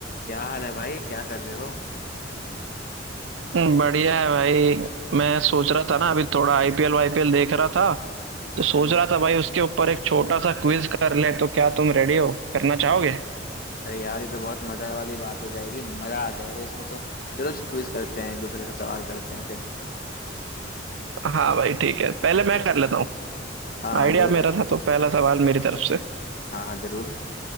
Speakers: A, on the left; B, on the right.
A: क्या हाल है भाई क्या कर रहे हो
B: हम्म, बढ़िया है भाई मैं सोच रहा था ना अभी थोड़ा आईपीएल वाईपीएल देख रहा था
A: हम्म
B: तो सोच
A: हम्म
B: रहा था भाई उसके ऊपर एक छोटा सा क्विज कर ले तो क्या तुम रेडी हो करना चाहोगे
A: अरे यार ये तो बहुत मजा वाली बात हो जाएगी मजा आ जाएगा इसमें तो चलो क्विज करते हैं एक दूसरे से सवाल करते हैं फिर
B: हाँ भाई ठीक है पहले मैं कर लेता हूँ
A: हाँ हाँ
B: आइडिया
A: जरूर
B: मेरा
A: पूछो
B: था तो पहला सवाल मेरी तरफ से
A: हाँ हाँ जरूर